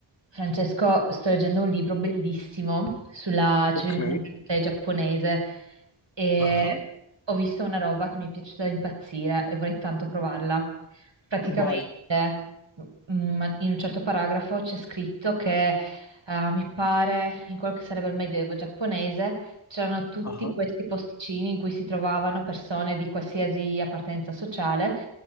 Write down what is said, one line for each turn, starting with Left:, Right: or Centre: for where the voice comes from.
Right: Francesco, sto leggendo un libro bellissimo sulla cerimonia
Left: Ok,
Right: del tè giapponese e
Left: ah,
Right: ho visto una roba che mi è piaciuta da impazzire e vorrei tanto provarla. Praticamente,
Left: vai,
Right: mm, in un certo paragrafo c'è scritto che, eh, mi pare, in quello che sarebbe il medioevo giapponese, c'erano tutti
Left: ah,
Right: questi posticini in cui si trovavano persone di qualsiasi appartenenza sociale